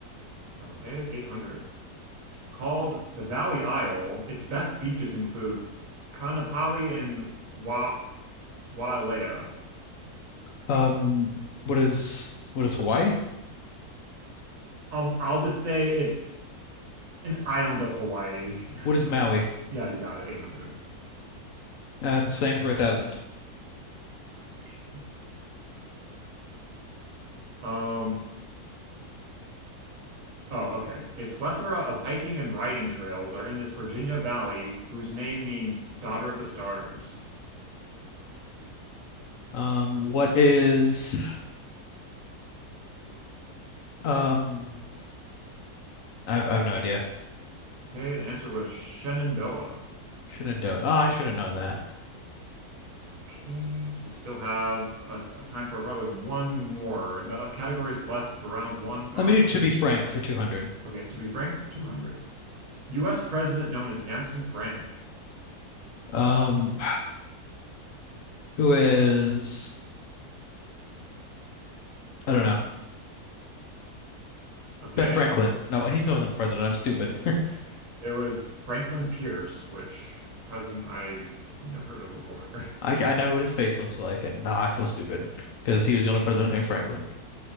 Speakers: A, on the right (about 60°); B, on the left (about 65°).
A: Okay, 800. Called the Valley Isle, its best beaches include Kanapali and Wa Wailea.
B: Um, what is what is Hawaii?
A: Um, I'll just say it's an island of Hawaii. <laughs>
B: What is Maui?
A: Yeah, you got it. 800.
B: And same for a thousand.
A: Okay. Um, oh, okay. A plethora of hiking and riding trails are in this Virginia valley whose name means daughter of the stars.
B: Um, what is um? I've I have no idea.
A: Okay, the answer was Shenandoah.
B: Shouldn't do it. Oh, I should have known that.
A: Okay, we still have a, a time for probably one more. The uh, categories left for round one are
B: Let me do to be frank for 200.
A: okay, to be frank, for 200. US president known as Handsome Frank.
B: Um, who is I don't know.
A: Okay,
B: Ben Franklin. No, he wasn't president. I'm
A: <laughs>
B: stupid.
A: It was Franklin Pierce, which president I don't think I've heard of before.
B: <laughs>
A: <laughs>
B: I, I know what his face looks like, and now I feel stupid because he was the only president named Franklin.